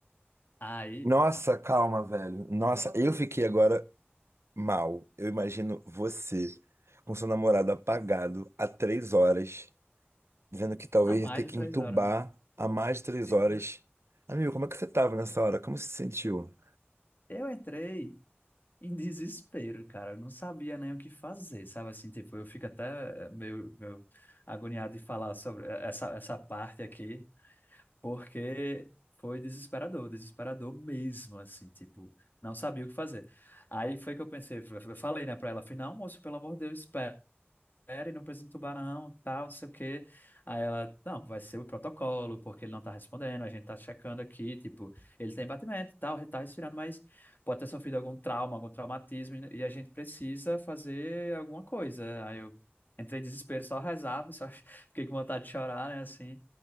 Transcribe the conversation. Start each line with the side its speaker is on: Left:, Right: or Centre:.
Left: Aí,
Right: Nossa,
Left: cara,
Right: calma, velho. Nossa, eu fiquei agora mal. Eu imagino você com seu namorado apagado há três horas, dizendo que talvez
Left: há mais
Right: ia ter que
Left: de três
Right: entubar
Left: horas,
Right: há mais de três
Left: né?
Right: horas. Amigo, como é que você tava nessa hora? Como você se sentiu?
Left: Eu entrei em desespero, cara. Eu não sabia nem o que fazer, sabe? Assim, tipo, eu fico até eh, meio, meio agoniado de falar sobre eh, essa, essa parte aqui, porque foi desesperador, desesperador mesmo, assim, tipo, não sabia o que fazer. Aí foi que eu pensei, eu falei, né, pra ela, falei, não, moço, pelo amor de Deus, espera série, não precisa entubar não, tal, não sei o quê. Aí ela, não, vai ser o protocolo, porque ele não tá respondendo, a gente tá checando aqui, tipo, ele tem batimento, e tal, ele tá respirando, mas pode ter sofrido algum trauma, algum traumatismo, e a gente precisa fazer alguma coisa. Aí eu entrei em desespero, só rezava, só <laughs> fiquei com vontade de chorar, né, assim.